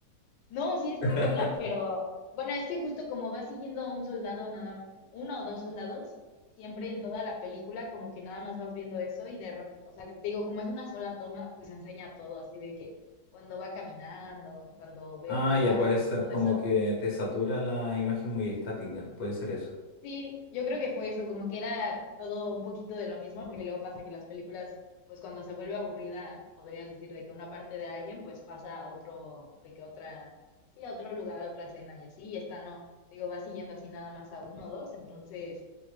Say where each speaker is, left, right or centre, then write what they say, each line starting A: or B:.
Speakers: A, on the left; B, on the left.
A: No, sí es
B: <laughs>
A: muy buena, pero bueno, es que justo como va siguiendo a un soldado, nada, uno o dos soldados, siempre en toda la película, como que nada más vas viendo eso y de, rep- o sea, que te digo, como es una sola toma, pues enseña todo, así de que cuando va caminando, cuando ve
B: Ah,
A: una
B: ya
A: carta
B: puede ser
A: y todo
B: como
A: eso,
B: que te satura la imagen muy estática, puede ser eso.
A: Sí, yo creo que fue eso, como que era todo un poquito de lo mismo, porque luego pasa que las películas, pues cuando se vuelve aburrida, podrías decir de que una parte de alguien, pues pasa a otro, de que otra, sí, a otro lugar, a otra escena y así, y esta no, digo, va siguiendo así nada más a uno o dos, entonces,